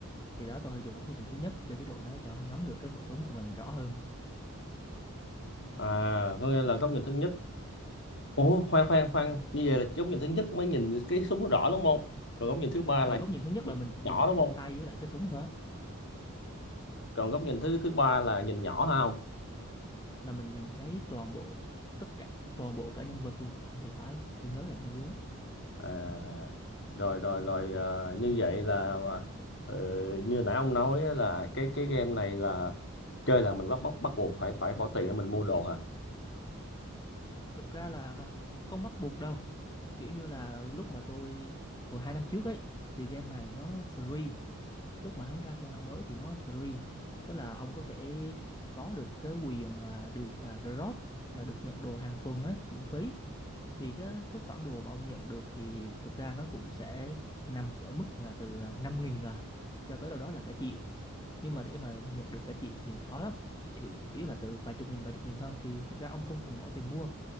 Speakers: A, on the left; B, on the left.
A: thì đó tôi hay dùng góc nhìn thứ nhất cho chế độ nó cho ngắm được cái khẩu súng của mình rõ hơn
B: à có nghĩa là góc nhìn thứ nhất ủa khoan khoan khoan như vậy là góc nhìn thứ nhất mới nhìn cái súng nó rõ đúng không còn góc nhìn thứ ba
A: Ờ,
B: là
A: góc
B: nhìn
A: nhìn thứ nhất là mình chỉ
B: nhỏ
A: nhìn thấy
B: đúng
A: cái
B: không
A: tay với lại cái súng thôi á.
B: còn góc nhìn thứ thứ ba là nhìn nhỏ hả không
A: là mình nhìn thấy toàn bộ tất cả toàn bộ cả nhân vật luôn thì phải tôi nhớ là như rứa
B: À, rồi rồi rồi à, như vậy là ờ, như nãy ông nói á, là cái cái game này là chơi là mình bắt bắt bắt buộc phải phải bỏ tiền để mình mua đồ hả?
A: thực ra là không bắt buộc đâu kiểu như là lúc mà tôi hồi hai năm trước ấy thì game này nó free lúc mà hắn ra phiên bản mới thì nó free tức là ông có thể có được cái quyền à, được à, drop là được nhận đồ hàng tuần ấy miễn phí Thì cái cái khoản đồ mà ông nhận được thì thực ra nó cũng sẽ nằm ở mức là từ, à, 5.000 à, cho tới đâu đó là cả triệu. Nhưng mà để mà nhận được cả triệu thì khó lắm, chủ yếu là từ vài chục nghìn, vài chục nghìn thôi. Thì thực ra ông không cần bỏ tiền mua,